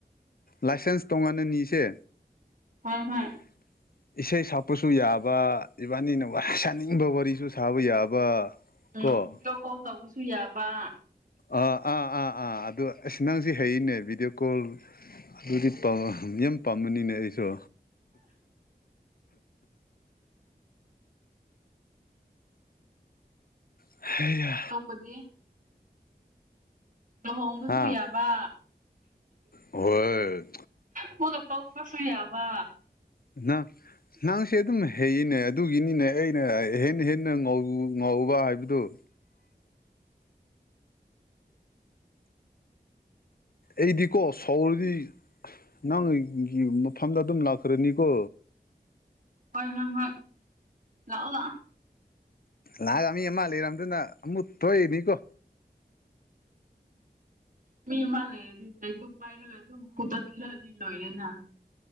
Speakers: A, on the left (about 60°); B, on the right (about 55°).
A: ꯂꯥꯏꯁꯦꯟꯁ ꯇꯣꯡꯅ ꯅꯁꯦ
B: ꯍꯣꯏ ꯍꯣꯏ
A: <unintelligible> ꯏꯁꯩ ꯁꯛꯄꯁꯨ ꯌꯥꯕ ꯏꯕꯥꯅꯤꯅ ꯋꯥꯔꯤ ꯁꯥꯅꯤꯡꯕ ꯋꯥꯔꯤꯁꯨ ꯁꯥꯕ ꯌꯥꯕ
B: ꯎꯝ
A: ꯀꯣ
B: ꯚꯤꯗꯤꯑꯣ ꯀꯣꯜ ꯇꯧꯕꯁꯨ ꯌꯥꯕ
A: ꯑꯥ ꯑꯥ ꯑꯥ ꯑꯥ ꯑꯗꯨ ꯑꯁꯤ ꯅꯪꯁꯤ ꯍꯩꯅꯦ ꯚꯤꯗꯤꯑꯣ ꯀꯣꯜ ꯑꯗꯨꯗꯤ ꯌꯥꯝ ꯄꯥꯝꯕꯅꯤꯅꯦ ꯑꯩꯁꯨ ꯍ ꯌꯥ
B: ꯑꯇꯣꯞꯄꯗꯤ ꯂꯨꯍꯣꯡꯕꯁꯨ
A: ꯍꯥ
B: ꯌꯥꯕ
A: ꯍꯣꯏ
B: ꯃꯣꯏꯗ ꯇꯣꯛꯄꯁꯨ ꯌꯥꯕ
A: ꯅ ꯅꯪꯁꯦ ꯑꯗꯨꯝ ꯍꯩꯅꯦ ꯑꯗꯨꯒꯤꯅꯤꯅꯦ ꯑꯩꯅ ꯍꯦ ꯍꯦꯟꯅ ꯉ ꯉꯥꯎꯕ ꯍꯥꯏꯕꯗꯨꯣ ꯑꯩꯗꯤꯀꯣ ꯁꯥꯎꯔꯗꯤ ꯅꯪ ꯑꯩꯒꯤ ꯃꯐꯝꯗ ꯑꯗꯨꯝ ꯂꯥꯛꯈ꯭ꯔꯅꯤꯀꯣ
B: ꯍꯣꯏ ꯍꯣꯏ ꯍꯣꯏ ꯂꯥꯛꯑꯣ ꯂꯥꯛꯑꯣ
A: ꯂꯥꯛꯒ ꯃꯤ ꯑꯃ ꯂꯩꯔꯝꯗꯨꯅ ꯑꯃꯨꯛ ꯊꯣꯛꯏꯅꯤꯀꯣ
B: ꯃꯤ ꯑꯃ ꯂꯩꯔꯗꯤ ꯂꯩꯇꯨ ꯄꯥꯏꯔꯒ ꯑꯗꯨꯝ ꯍꯨꯗꯠꯂꯗꯤ ꯂꯣꯏꯔꯦꯅ